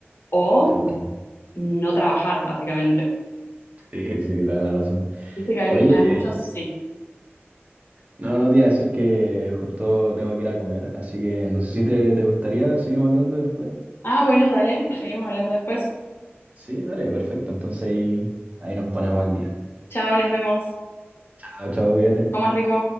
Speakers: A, on the left (about 60°); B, on the right (about 35°).
A: o
B: Totalmente.
A: no trabajar, básicamente.
B: Sí, sí, toda la razón.
A: Viste que hay,
B: Oye,
A: hay muchos, sí.
B: No, no, no te iba a decir que justo tengo que ir a comer, así que no sé si te, te gustaría, seguimos hablando después.
A: Ah, bueno, dale, seguimos hablando después.
B: Sí, dale, perfecto. Entonces ahí, ahí nos ponemos al día.
A: Chao, nos vemos.
B: Chao, chao, cuídate.
A: Comas rico.